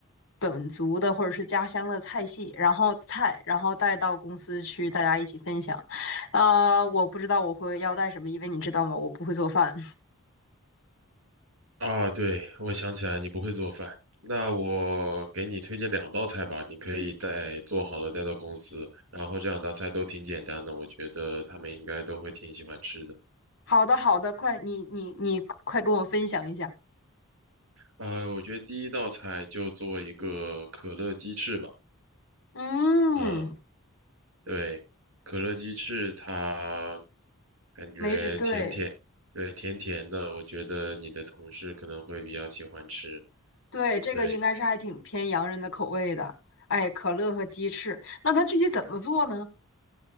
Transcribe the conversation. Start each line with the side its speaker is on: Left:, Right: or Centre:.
Left: 本族的或者是家乡的菜系，然后菜，然后带到公司去，大家一起分享。啊，我不知道我会要带什么，因为你知道吗，我不会做饭。
Right: 啊？对，我想起来你不会做饭，那我给你推荐两道菜吧，你可以带做好了带到公司，然后这两道菜都挺简单的，我觉得他们应该都会挺喜欢吃的。
Left: 好的，好的，快，你你你快跟我分享一下。
Right: 啊，我觉得第一道菜就做一个可乐鸡翅吧。
Left: 嗯，
Right: 嗯，对，可乐鸡翅它感觉甜甜，
Left: 没准对。
Right: 对，甜甜的，我觉得你的同事可能会比较喜欢吃。
Left: 对，这个应该是还挺偏洋人的口味的。
Right: 对。
Left: 哎，可乐和鸡翅，那它具体怎么做呢？